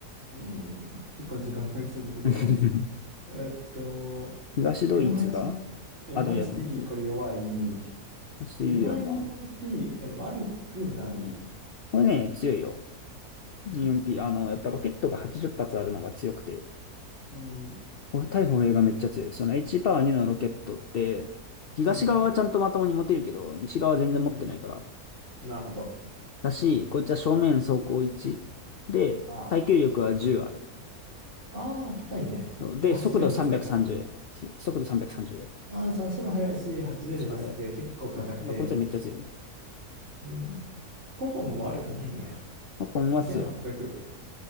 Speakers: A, on the right; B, on the left.
A: うん。結構時間かかりそうだけど。
B: <laughs>
A: えっと、
B: 東ドイツが、
A: M8、M8TV
B: あ、でもいや、でもそう、
A: これ弱い。
B: 東ドイツはまあ、
A: MI24P、え、悪くない。
B: これね、強いよ。
A: うん。
B: 4P、あの、やっぱロケットが80発あるのが強くて、
A: うん。
B: これ対歩兵がめっちゃ強い。その H パワー2のロケットって、東側はちゃんとまともに持てるけど、
A: うん。
B: 西側は全然持ってないから。
A: うん。なるほど。
B: だし、こいつは正面走行1で、
A: ああ。
B: 耐久力は10ある。
A: ああ、硬いね。
B: で、
A: で、80円出せるから。
B: 速度330。す速度330だよ。
A: ああ、じゃあ足も速いし、80円で出せて結構硬くて。
B: 足が速い。そう。だからこいつはめっちゃ強い。
A: うん。ココンも悪くないね。
B: まあ、コンは強い。
A: 2800。